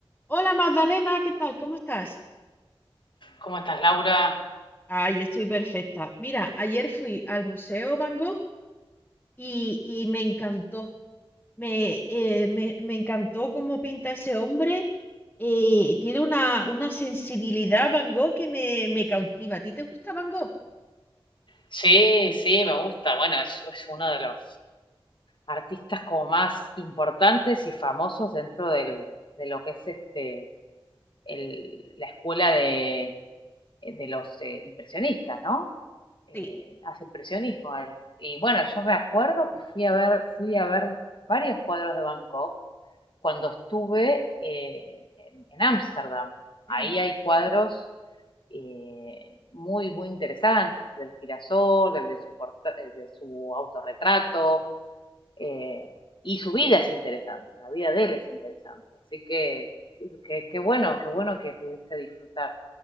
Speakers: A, on the left; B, on the left.
A: Hola Magdalena, ¿qué tal? ¿Cómo estás?
B: ¿Cómo estás, Laura?
A: Ay, estoy perfecta. Mira, ayer fui al Museo Van Gogh y, y me encantó. Me, eh, me- me encantó cómo pinta ese hombre. Eh, tiene una, una sensibilidad Van Gogh que me, me cautiva. ¿A ti te gusta Van Gogh?
B: Sí, sí, me gusta. Bueno, es, es uno de los artistas como más importantes y famosos dentro del- de lo que es este el- la escuela de, de los eh, impresionistas, ¿no? Eh,
A: Sí.
B: hace impresionismo él. Y bueno, yo me acuerdo que fui a ver, fui a ver varios cuadros de Bangkok cuando estuve eh, en Ámsterdam.
A: Ujú,
B: Ahí hay cuadros eh, muy, muy interesantes, del girasol, el de su, el de su autorretrato, eh, y su vida es interesante, la vida de él es interesante. Así que qué bueno, qué bueno que pudiste disfrutar